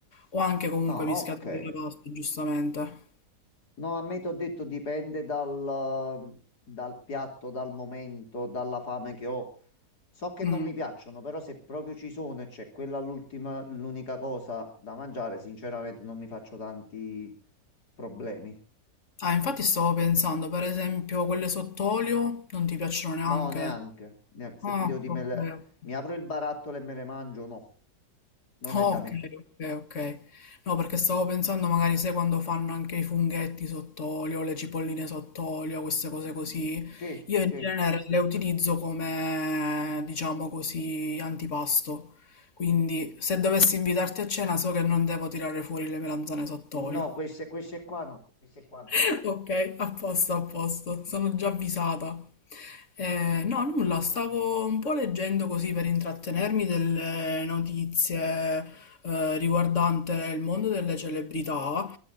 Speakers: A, on the left (about 45°); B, on the left (about 65°).
A: O anche comunque
B: Ah,
A: mischiati
B: ok.
A: con le paste, giustamente.
B: No, a me ti ho detto dipende dal, dal piatto, dal momento, dalla fame che ho. So che
A: Mm.
B: non mi piacciono, però se proprio ci sono e c'è quella l'ultima, l'unica cosa da mangiare, sinceramente non mi faccio tanti problemi.
A: Ah, infatti stavo pensando, per esempio, quelle sott'olio non ti piacciono neanche?
B: No, neanche. neanche. Se
A: Ah,
B: ti devo dire,
A: ok,
B: me le-
A: ok.
B: mi apro il barattolo e me le mangio, no, non
A: Oh,
B: è da me.
A: ok, ok, ok. No, perché stavo pensando magari, sai, quando fanno anche i funghetti sott'olio, le cipolline sott'olio, queste cose così,
B: Sì,
A: io
B: sì.
A: in genere le utilizzo come, diciamo così, antipasto. Quindi, se dovessi invitarti a cena, so che non devo tirare fuori le melanzane sott'olio.
B: No, queste, queste qua no, queste qua no.
A: <laughs> Ok, a posto, a posto, sono già avvisata. Eh, no, nulla, stavo un po' leggendo così per intrattenermi delle notizie eh, riguardante il mondo delle celebrità